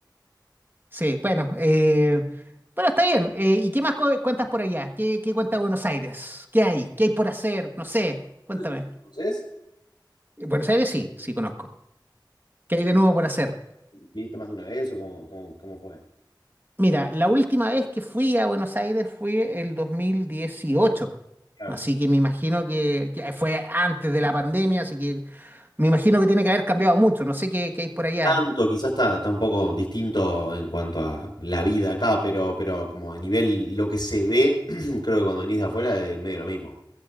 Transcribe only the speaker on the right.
Sí, bueno, eh, bueno, está bien. Eh, ¿y qué más cu- cuentas por allá? ¿Qué, qué cuenta Buenos Aires? ¿Qué hay? ¿Qué hay por hacer? No sé, cuéntame.
Eh, Buenos Aires sí, sí conozco. ¿Qué hay de nuevo por hacer?
Mira, la última vez que fui a Buenos Aires fue el 2018,
Así que me imagino que, que fue antes de la pandemia, así que me imagino que tiene que haber cambiado mucho. No sé qué, qué hay por allá.